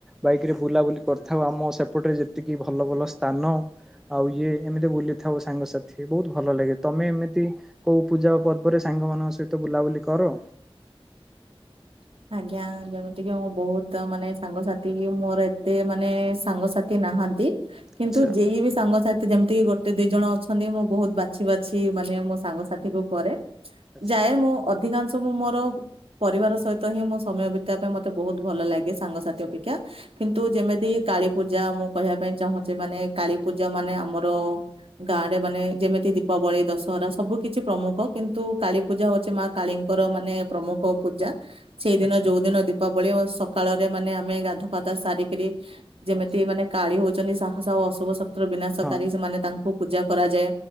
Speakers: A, in the centre; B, on the right.
A: ବାଇକ୍ ରେ ବୁଲାବୁଲି କରିଥାଉ ଆମ ସେପଟରେ ତିକି ଭଲ ଭଲ ସ୍ଥାନ ଆଉ ଇଏ ଏମିତି ବୁଲିଥାଉ ସାଙ୍ଗସାଥି ବହୁତ ଭଲ ଲାଗେ। ତମେ ଏମିତି ତି କୋଉ ପୂଜା ପର୍ବରେ ସାଙ୍ଗମାନଙ୍କ ସହ ବୁଲାବୁଲି କର?
B: <unintelligible> ଆଜ୍ଞା ଯେମିତି କି ମୁଁ ବହୁତ ମାନେ ସାଙ୍ଗସାଥି ମୋର ଏତେ ମାନେ ସାଙ୍ଗସାଥି ନାହାନ୍ତି କିନ୍ତୁ
A: ଆଚ୍ଛା
B: ଯେ ବି ସାଙ୍ଗସାଥି ଯେମିତି ଗୋଟାଏ ଗୋଟେ ଦି ଜଣ ଅଛନ୍ତି ମୁଁ ବହୁତ ବାଛି ବାଛି ମାନେ ମୋ ସାଙ୍ଗସାଥି କୁ କରେ।
A: ଆଚ୍ଛା
B: ଯାଏ ମୁଁ ଅଧିକାଂଶ ମୁଁ ମୋର ପରିବାର ସହି ତ ହିଁ ମୋ ସମୟ ବିତେଇଡବା ପାଇଁ ମତେ ବହୁତ ଭଲ ଲାଗେ। ସାଙ୍ଗସାଥି
A: ଆଚ୍ଛା
B: ଅପେକ୍ଷା କିନ୍ତୁ ଯେମିତି କାଳୀ ପୂଜା ମୁଁ କହିବା ପାଇଁ ଚାହୁଁଛେ ମାନେ କାଳୀ ପୂଜା ମାନେ ଆମର ଗାଁ ରେ ମାନେ ଯେମିତି ଦୀପାବଳି ଦଶହରା ସବୁ କିିଛି ପ୍ରମୁଖ କିନ୍ତୁ କା ପୂଜା ହଉଛି ମା କାଳୀ ଙ୍କର ମାନେ ପ୍ରମୁଖ ପୂଜା। ସେଇଦିନ
A: ଆଚ୍ଛା
B: ଯୋଉ
A: ଆଚ୍ଛା।
B: ଦିନ ଦୀପାବଳି ସକାଳରେ ମାନେ ଆମେ ଗାଧୁଆ ପାଧୁଆ ସାରିକରି ଯେମିତି
A: ଆଚ୍ଛା
B: ମାନେ କାଳି ହଉଛନ୍ତି ସାହସ ଆଉ ଅଶୁଭ ଶକ୍ତିର ବିନାଶକାରୀ
A: ହଁ
B: ସେମାନେ ତାଙ୍କୁ ପୂଜା କରାଯାଏ